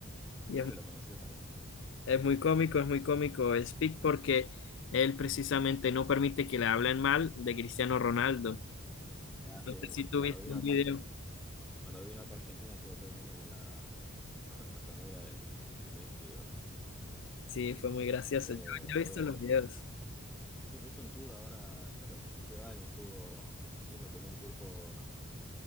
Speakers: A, on the left (about 60°); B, in the centre.
A: Y
B: creo
A: es
B: que lo conoció también.
A: Es muy cómico, es muy cómico Speak porque él precisamente no permite que le hablen mal de Cristiano Ronaldo.
B: Ah, sí,
A: No sé
B: y
A: si tú
B: cuando
A: viste
B: vino
A: un
B: acá
A: video.
B: a Argentina, cuando vino acá a Argentina estuvo todo el mundo con la, <laughs> con la remera de, de Messi, bro.
A: Sí, fue muy gracioso.
B: Eh,
A: Yo, yo he
B: muy
A: visto
B: gracioso.
A: los videos.
B: Sí, pues hizo un tour ahora, creo que a principio de año estuvo haciendo como un tour por,